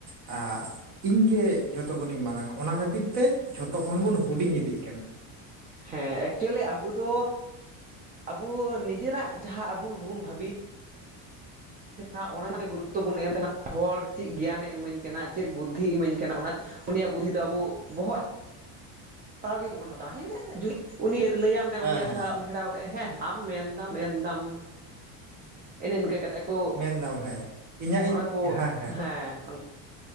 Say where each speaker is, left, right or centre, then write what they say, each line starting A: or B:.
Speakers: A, on the right (about 40°); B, on the right (about 20°).
A: ᱟ ᱤᱧ ᱜᱮ ᱡᱷᱚᱛᱚ ᱠᱷᱚᱱᱤᱧ ᱢᱟᱨᱟᱝ-ᱟ᱾ ᱚᱱᱟ ᱠᱷᱟᱹᱛᱤᱨ ᱛᱮ ᱡᱷᱚᱛᱚ ᱠᱷᱚᱱ ᱵᱚᱱ ᱦᱩᱰᱤᱧ ᱤᱫᱤᱜ ᱠᱟᱱᱟ᱾
B: ᱦᱮᱸ ᱮᱠᱪᱩᱞᱤ ᱟᱵᱚ ᱫᱚ ᱟᱵᱚ ᱱᱤᱡᱮᱨᱟᱜ ᱡᱟᱦᱟᱸ ᱟᱹᱵᱩ ᱵᱚᱱ ᱵᱷᱟᱵᱤᱛ <unintelligible> ᱚᱱᱟᱛᱮ ᱜᱩᱨᱩᱛᱚ ᱵᱚᱱ ᱮᱢ ᱛᱟᱦᱮᱱᱟ ᱦᱚᱲ ᱪᱮᱫ ᱜᱮᱭᱟᱱ ᱮ ᱤᱢᱟᱹᱧ ᱠᱟᱱᱟ ᱪᱮᱫ ᱵᱩᱫᱽᱫᱷᱤ ᱤᱢᱟᱹᱧ ᱠᱟᱱᱟ᱾ ᱚᱱᱟ ᱩᱱᱤᱭᱟᱜ ᱵᱩᱫᱷᱤ ᱫᱚ ᱟᱵᱚ ᱵᱚᱦᱚᱜ ᱦᱟᱛᱟᱣ ᱜᱮ ᱵᱟᱵᱚᱱ ᱦᱟᱛᱟᱣᱟ ᱦᱮᱸ᱾ <unintelligible> ᱩᱱᱤ ᱡᱩᱫᱤ ᱞᱟᱹᱭᱟᱢ ᱠᱟᱱ
A: ᱦᱮᱸ
B: ᱩᱱᱤᱭᱟᱜ
A: ᱦᱮᱸ
B: ᱠᱟᱛᱷᱟ
A: ᱦᱮᱸ
B: ᱚᱱᱦᱮᱲᱟᱣ ᱠᱟᱛᱮ ᱦᱮᱸ ᱦᱮᱸ ᱟᱢ ᱢᱮᱱᱫᱟᱢ ᱢᱮᱱᱫᱟᱢ᱾ ᱮᱱ ᱤᱱᱠᱟᱹ ᱠᱟᱛᱮᱜ ᱠᱚ,
A: ᱢᱮᱱᱫᱟᱢ ᱦᱮᱸ ᱤᱧᱟᱹᱜ
B: ᱚᱱᱟ
A: ᱤᱧ
B: ᱠᱚ
A: ᱦᱮᱸ
B: ᱦᱮᱸ